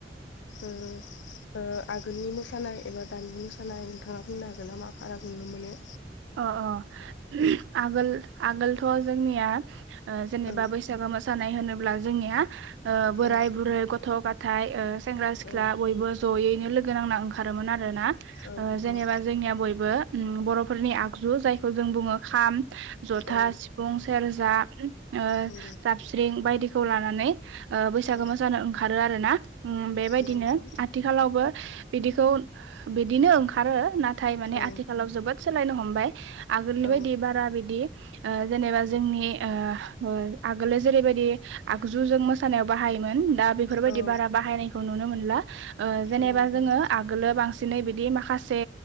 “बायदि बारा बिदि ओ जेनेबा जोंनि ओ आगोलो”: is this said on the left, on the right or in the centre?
Right